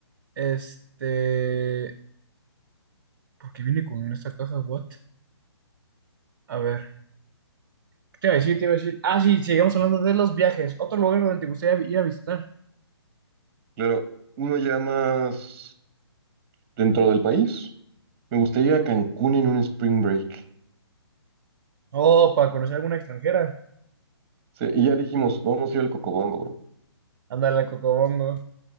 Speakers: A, on the right; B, on the right.
A: Este. ¿Por qué viene con esta caja? ¿What? A ver. ¿Qué te iba a decir? Te iba a decir. Ah, sí, sigamos hablando de los viajes. Otro lugar donde te gustaría ir a visitar.
B: Claro, uno ya más dentro del país. Me gustaría ir a Cancún en un spring break.
A: Oh, para conocer a alguna extranjera.
B: Sí, y ya dijimos, vamos a ir al Cocobongo, bro.
A: Ándale, Cocobongo.